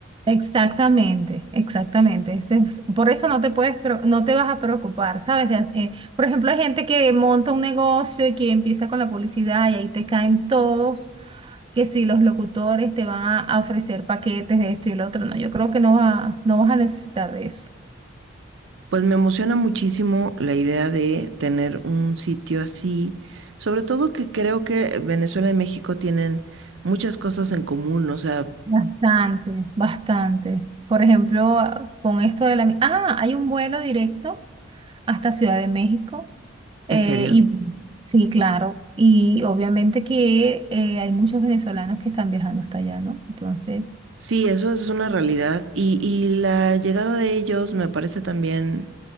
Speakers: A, on the right; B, on the right.
A: Exactamente, exactamente. Ese es- por eso no te puedes, pro- no te vas a preocupar, ¿sabes? De hac- eh, por ejemplo, hay gente que monta un negocio y que empieza con la publicidad y ahí te caen todos, que si los locutores te van a a ofrecer paquetes de esto y el otro, no, yo creo que no va, no vas a necesitar de eso.
B: Pues me emociona muchísimo la idea de tener un sitio así, sobre todo que creo que Venezuela y México tienen muchas cosas en común, o sea,
A: Bastante, bastante. Por ejemplo, a- con esto de la... mi- Ah, hay un vuelo directo hasta Ciudad de México.
B: ¿en
A: eh,
B: serio?
A: y sí, claro. Y obviamente que eh, hay muchos venezolanos que están viajando hasta allá, ¿no? Entonces...
B: Sí, eso es una realidad y, y la llegada de ellos me parece también,